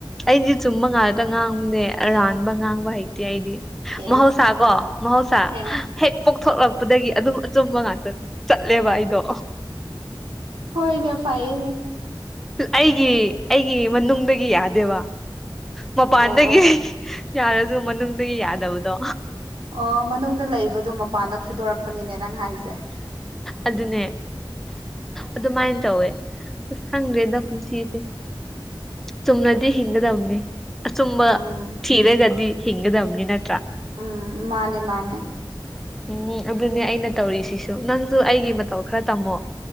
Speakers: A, in the centre; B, on the right (about 85°).
A: ꯑꯩꯗꯤ ꯆꯨꯝꯕ ꯉꯥꯂꯇ ꯉꯥꯡꯕꯅꯦ ꯑꯔꯥꯟꯕ ꯉꯥꯡꯕ ꯍꯩꯇꯦ ꯑꯩꯗꯤ
B: ꯑꯦꯁ
A: ꯃꯍꯧꯁꯥ ꯀꯣ ꯃꯍꯧꯁꯥ
B: ꯑꯦ
A: ꯍꯦꯛ ꯄꯣꯛꯊꯣꯛꯂꯛ ꯗꯒꯤ ꯑꯗꯨꯝ ꯑꯆꯨꯝꯕ ꯉꯥꯛꯇ ꯆꯠꯂꯦꯕ ꯑꯩꯗꯣ
B: ꯍꯣꯏꯗꯦ ꯐꯅꯦ
A: ꯑꯩꯒꯤ ꯑꯩꯒꯤ ꯃꯅꯨꯡꯗꯒꯤ ꯌꯥꯗꯦꯕ ꯃꯄꯥꯟꯗꯒꯤ
B: ꯑꯣ ꯑꯣ
A: ꯌꯥꯔꯁꯨ ꯃꯅꯨꯡꯗꯒꯤ ꯌꯥꯗꯕꯗꯣ
B: ꯑꯣ ꯃꯅꯨꯡꯗ ꯂꯩꯕꯗꯣ ꯃꯄꯥꯟꯗ ꯐꯨꯗꯣꯔꯛꯄꯅꯤꯅꯦ ꯅꯪ ꯍꯥꯏꯁꯦ
A: ꯑꯗꯨꯅꯦ ꯑꯗꯨꯃꯥꯏꯅ ꯇꯧꯋꯦ ꯑꯁ ꯈꯪꯗ꯭ꯔꯦꯗ ꯄꯨꯟꯁꯤꯁꯦ ꯁꯨꯃꯅꯗꯤ ꯍꯤꯡꯒꯗꯝꯅꯤ ꯑꯁꯨꯝꯕ
B: ꯎꯝ
A: ꯊꯤꯔꯒꯗꯤ ꯍꯤꯡꯒꯗꯕꯅꯤ ꯅꯠꯇ꯭ꯔꯥ
B: ꯎꯝ ꯃꯥꯅꯦ ꯃꯥꯅꯦ
A: ꯎꯝ ꯑꯗꯨꯅꯦ ꯑꯩꯅ ꯇꯧꯔꯤꯁꯤꯁꯨ ꯅꯪꯁꯨ ꯑꯩꯒꯤ ꯃꯇꯧ ꯈꯔ ꯇꯝꯃꯣ